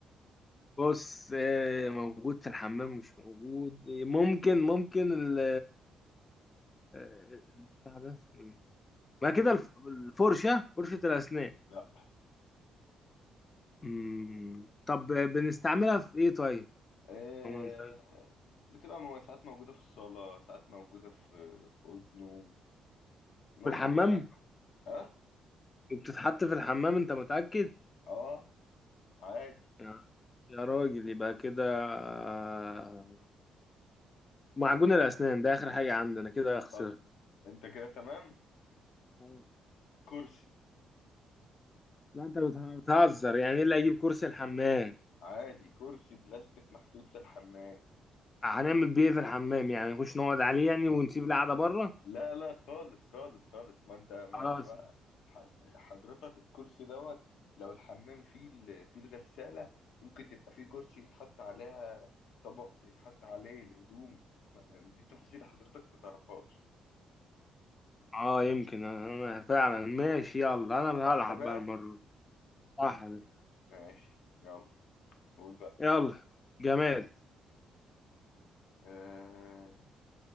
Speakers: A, on the left; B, on the left.
A: بص آه، موجود في الحمام مش موجود ممكن ممكن ال آه، البتاع ده اسمه ايه ما كده الف- الفرشة فرشة الأسنان
B: لا
A: مم، طب بنستعملها في ايه طيب؟
B: آه،
A: ما هو انت-
B: بتبقى مو- ساعات موجوده في الصاله ساعات موجوده في في اوضه نوم موجوده
A: في الحمام
B: يعني اه
A: وبتتحط في الحمام انت متأكد
B: اه عادي
A: يا يا راجل يبقى كده آه، معجون الأسنان ده آخر حاجة عندنا كده خسرت
B: طب انت كده تمام
A: اه
B: كرسي
A: لا انت بت- بتهزر يعني ايه اللي هيجيب كرسي الحمام
B: عادي كرسي بلاستيك محطوط في الحمام
A: هنعمل بيه إيه في الحمام يعني نخش نقعد عليه يعني ونسيب القعدة بره
B: لا لا خالص خالص خالص ما انت ما
A: خلاص
B: انت بقى ح- حضرتك الكرسي دوت لو الحمام فيه ال- فيه الغسالة ممكن تبقى فيه كرسي يتحط عليها طبق يتحط عليه الهدوم ما- دي تفاصيل حضرتك ما تعرفهاش
A: اه يمكن انا فعلا ماشي يلا انا اللي
B: صح
A: هلعب
B: بقى
A: بقى المرة دي. صح يا باشا
B: ماشي يلا قول بقى
A: يلا جماد
B: آه